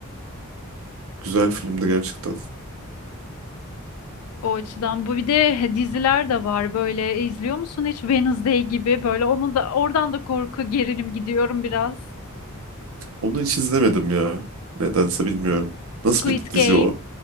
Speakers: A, on the right; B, on the left.
A: güzel filmdi gerçekten.
B: O açıdan bu bir de diziler de var böyle E, izliyor musun hiç Wednesday gibi böyle onu da oradan da korku gerilim gidiyorum biraz.
A: Onu hiç izlemedim ya. Nedense bilmiyorum.
B: Squid
A: Nasıl bir dizi
B: Game.
A: o?